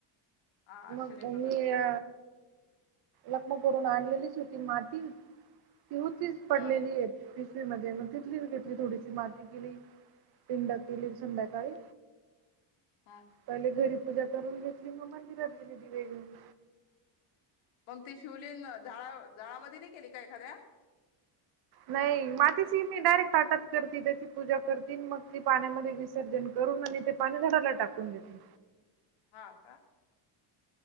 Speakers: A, on the left (about 75°); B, on the right (about 50°).
A: हा आज
B: मग
A: शनी प्रदोष
B: मी
A: असेल
B: आ लखमापूर हून आणलेलीच होती माती, ती होतीच पडलेली
A: हा
B: पिशवी मध्ये. मग तिथलीच घेतली थोडीशी माती केली पिंड केली संध्याकाळी
A: हा.
B: पहीले घरी पूजा करून घेतली. मग मंदिरात गेली, दिवे घेवून.
A: मग ते शिवलिंग झाडां - झाडांमध्ये नाही केली का एखाद्या?
B: नाही. मातीची मी डायरेक्ट ताटात करते, त्याची पूजा करते मग ती पाण्यामध्ये विसर्जन करून आणि ते पाणी झाडाला टाकून देते.
A: हा का?